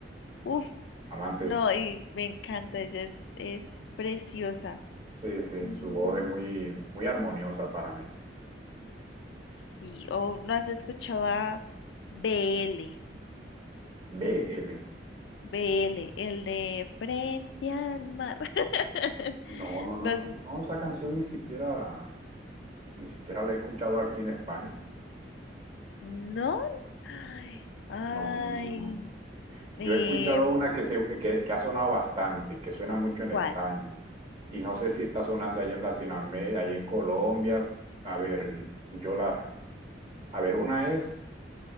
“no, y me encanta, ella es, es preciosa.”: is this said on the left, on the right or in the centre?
Left